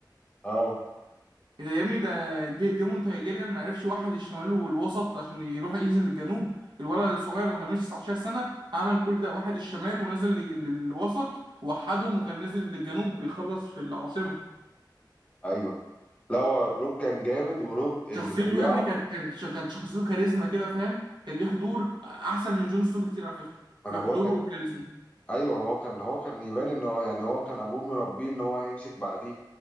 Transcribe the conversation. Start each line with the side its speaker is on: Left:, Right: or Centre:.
Left: اه
Right: إيه ده يا ابني ده دي ديمون تايجيريان ما عرفش يوحد الشمال والوسط عشان يروح ينزل للجنوب الولد الصغير ما كملش 19 سنة عمل كل ده وحد الشمال ونزل لل- للوسط وحدهم وكان نازل للجنوب بيخلص في العاصمة
Left: ايوه لا هو روب كان جامد وروب اللي
Right: شخصيته
Left: ضيعه
Right: يا ابني كانت كانت ش- كانت شخصيته كاريزما كده فاهم كان ليه حضور احسن من جون سنو بكتير على فكرة
Left: ما
Right: في
Left: انا بقول
Right: حضوره
Left: لك
Right: والكاريزما
Left: ايوه هو كان هو كان يبان ان هو يعني هو كان ابوه مربيه ان هو هيمسك بعديه